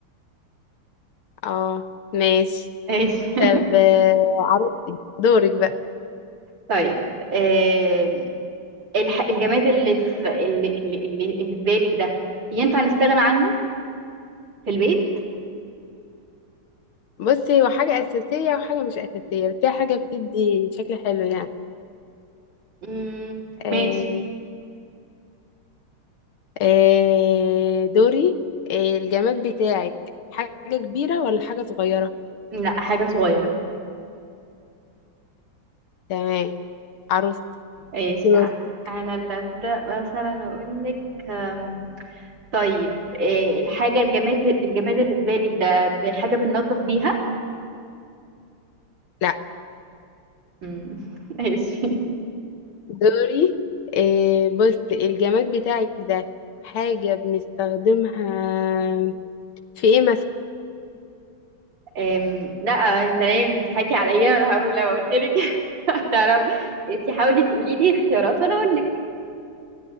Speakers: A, on the left; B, on the right.
A: اه ماشي
B: ماشي <laughs>
A: طب آه، عرفتي دورك بقى
B: طيب آه الح... الجماد اللي في اللي اللي اللي اللي في بالك ده ينفع نستغنى عنه في البيت
A: بصي هو حاجة أساسية وحاجة مش أساسية بس هي حاجة بتدي شكل حلو يعني
B: مم
A: آه،
B: ماشي
A: آه، دوري آه، الجماد بتاعك حاجة كبيرة ولا حاجة صغيرة
B: لا حاجة صغيرة
A: تمام عروستي
B: ايش
A: دوري
B: انا اللي ابدا مثلا اقول لك أم، طيب إيه الحاجه الجماد الجماد اللي في بالك ده بحاجه بننظف بيها
A: لا
B: أمم، <laughs> ماشي
A: دوري آه، بصي الجماد بتاعك ده حاجة بنستخدمها في ايه مثلا
B: أم، لا يا سلام تضحكي عليا انا هقول لو قلت لك <laughs> تعرفي انت حاولي تقولي لي اختيارات وانا اقول لك